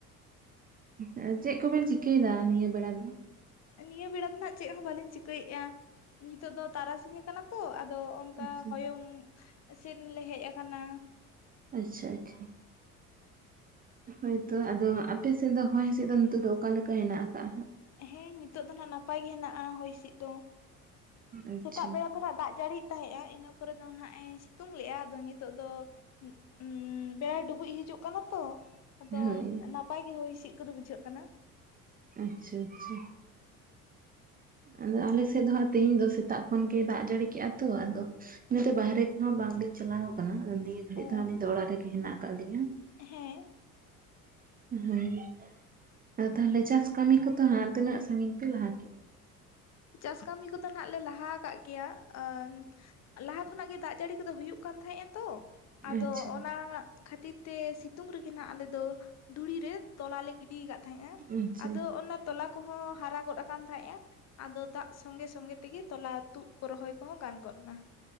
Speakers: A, on the right (about 20°); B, on the left (about 35°).
A: ᱦᱮᱸ ᱪᱮᱫ ᱠᱚᱵᱮᱱ ᱪᱤᱠᱟᱹᱭᱮᱫᱟ ᱱᱤᱭᱟᱹ ᱵᱮᱲᱟ ᱫᱚ?
B: ᱱᱤᱭᱟᱹ ᱵᱮᱲᱟ ᱫᱚ ᱱᱟᱜ ᱪᱮᱫ ᱦᱚᱸ ᱵᱟᱞᱤᱧ ᱪᱤᱠᱟᱹᱭᱮᱫᱼᱟ ᱱᱤᱛᱚᱜ ᱫᱚ ᱛᱟᱨᱟᱥᱤᱧ ᱟᱠᱟᱱᱟ ᱛᱚ ᱟᱫᱚ ᱚᱱᱠᱟ
A: ᱟᱪᱪᱷᱟ
B: ᱦᱚᱭᱚᱝ ᱥᱮᱱ ᱞᱮ ᱦᱮᱡ ᱟᱠᱟᱱᱟ᱾
A: ᱟᱪᱪᱷᱟ, ᱟᱪᱪᱷᱟ, ᱦᱳᱭᱛᱚ, ᱟᱫᱚ ᱟᱯᱮ ᱥᱮᱫ ᱫᱚ ᱦᱚᱭ ᱦᱤᱸᱥᱤᱫ ᱫᱚ ᱱᱤᱛᱳᱜ ᱫᱚ ᱚᱠᱟᱞᱮᱠᱟ ᱦᱮᱱᱟᱜ ᱟᱠᱟᱜᱼᱟ ᱦᱟᱸᱜ?
B: ᱦᱮᱸ ᱱᱤᱛᱚᱜ ᱫᱚ ᱱᱟᱦᱟᱜ ᱱᱟᱯᱟᱭ ᱜᱮ ᱦᱮᱱᱟᱜᱼᱟ ᱦᱚᱭ ᱦᱤᱸᱥᱤᱫ ᱫᱚ᱾
A: ᱟᱪᱪᱷᱟ
B: ᱥᱮᱛᱟᱜ ᱵᱮᱲᱟ ᱫᱚ ᱦᱟᱸᱜ ᱫᱟᱜ ᱡᱟᱹᱲᱤᱭᱮᱫ ᱛᱟᱦᱮᱸᱜᱼᱟ ᱤᱱᱟᱹ ᱯᱚᱨᱮ ᱫᱚ ᱦᱟᱸᱜ ᱮ ᱥᱤᱛᱩᱝ ᱞᱮᱜᱼᱟ᱾ ᱟᱫᱚ ᱱᱤᱛᱚᱜ ᱫᱚ ᱩᱹ ᱵᱮᱲᱟᱭ ᱰᱩᱵᱩᱡ ᱦᱤᱡᱩᱜ ᱠᱟᱱᱟ ᱛᱚ, ᱟᱫᱚ
A: ᱦᱳᱭ
B: ᱱᱟᱯᱟᱭ ᱜᱮ ᱦᱚᱭ ᱦᱤᱥᱤᱫ ᱠᱚᱫᱚ ᱵᱩᱡᱷᱟᱹᱜ ᱠᱟᱱᱟ᱾
A: ᱟᱪᱪᱷᱟ, ᱟᱪᱪᱷᱟ, ᱟᱫᱚ ᱟᱞᱮ ᱥᱮᱫ ᱫᱚᱜ ᱦᱟᱸᱜ ᱛᱮᱦᱤᱧ ᱫᱚ ᱥᱮᱛᱟᱜ ᱠᱷᱚᱱ ᱜᱮ ᱫᱟᱜ ᱡᱟᱹᱲᱤ ᱠᱮᱫᱼᱟ ᱛᱚ, ᱟᱫᱚ ᱤᱱᱟ ᱛᱮ ᱵᱟᱦᱨᱮ ᱠᱚᱦᱚᱸ ᱵᱟᱝᱞᱤᱧ ᱪᱟᱞᱟᱣ ᱟᱠᱟᱱᱟ᱾ ᱱᱤᱭᱟᱹ ᱜᱷᱟᱹᱲᱤᱡ
B: ᱚ
A: ᱫᱚ ᱦᱟᱸᱜ ᱟᱹᱞᱤᱧ ᱫᱚ ᱚᱲᱟᱜ ᱨᱮᱜᱮ ᱦᱮᱱᱟᱜ ᱟᱠᱟᱫ ᱞᱤᱧᱟ᱾
B: ᱦᱮᱸ,
A: ᱦᱮᱸ ᱟᱫᱚ ᱛᱟᱦᱚᱞᱮ ᱪᱟᱥ ᱠᱟᱹᱢᱤ ᱠᱚᱫᱚ ᱦᱟᱸᱜ ᱛᱤᱱᱟᱹᱜ ᱥᱟᱺᱜᱤᱧ ᱯᱮ ᱞᱟᱦᱟ ᱠᱮᱫ?
B: ᱪᱟᱥ ᱠᱟᱹᱢᱤ ᱠᱚᱫᱚ ᱱᱟᱸᱜ ᱞᱮ ᱞᱟᱦᱟ ᱟᱠᱟᱫ ᱜᱮᱭᱟ ᱟᱨ ᱞᱟᱦᱟ ᱠᱷᱚᱱᱟᱜ ᱜᱮ ᱫᱟᱜ ᱡᱟᱹᱲᱤ ᱠᱚᱫᱚ ᱦᱩᱭᱩᱜ ᱠᱟᱱ ᱛᱟᱦᱮᱸᱜᱼᱟ ᱛᱚ
A: ᱟᱪᱪᱷᱟ
B: ᱟᱫᱚ ᱚᱱᱟ ᱠᱷᱟᱹᱛᱤᱨ ᱛᱮ ᱥᱤᱛᱩᱝ ᱨᱮᱜᱮ ᱱᱟᱜ ᱟᱞᱮ ᱫᱚ ᱫᱷᱩᱲᱤ ᱨᱮ ᱛᱚᱞᱟ ᱞᱮ ᱜᱤᱰᱤ ᱟᱠᱟᱫ ᱛᱟᱦᱮᱸᱜᱼᱟ᱾
A: ᱟᱪᱪᱷᱟ
B: ᱟᱫᱚ ᱚᱱᱟ ᱛᱚᱞᱟ ᱠᱚᱦᱚᱸ ᱦᱟᱨᱟ ᱜᱚᱫ ᱟᱠᱟᱱ ᱛᱟᱦᱮᱸᱜᱼᱟ, ᱟᱫᱚ ᱫᱟᱜ ᱥᱚᱸᱜᱮ ᱥᱚᱸᱜᱮ ᱛᱮᱜᱮ ᱛᱚᱞᱟ ᱛᱩᱫ ᱠᱚ ᱨᱚᱦᱚᱭ ᱠᱚᱦᱚᱸ ᱜᱟᱱ ᱜᱚᱫ ᱱᱟ᱾